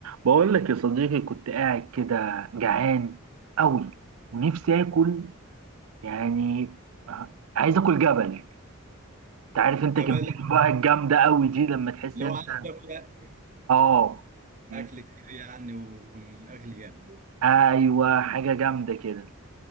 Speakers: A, on the right; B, on the right.
A: بقول لك يا صديقي كنت قاعد كده جعان قوي ونفسي اكل يعني عايز اكل جبل انت عارف انت
B: جبل
A: كمية <laughs> بقى الجامدة قوي دي لما تحس
B: لو
A: انت
B: عايز تاكل
A: اه يعني
B: اكل
A: انت-
B: كتير يعني ويكون اكل جامد
A: ايوه حاجة جامدة كده